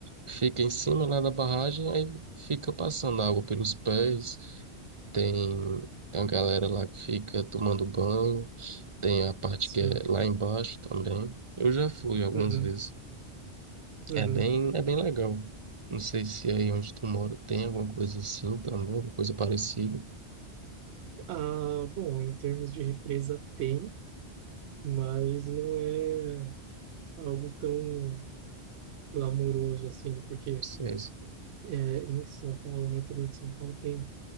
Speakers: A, on the right; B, on the right.
A: fica em cima lá da barragem, aí fica passando água pelos pés, tem, tem a galera lá que fica tomando banho, tem a parte
B: Sim.
A: que é lá embaixo também. Eu já fui algumas
B: Uhum.
A: vezes,
B: Uhum.
A: é bem, é bem legal. Não sei se aí onde tu mora tem alguma coisa assim também, alguma coisa parecida.
B: Ah, bom, em termos de represa tem, mas não é algo tão glamouroso assim, porque
A: Sei, sei,
B: é, em São Paulo, no interior de São Paulo, tem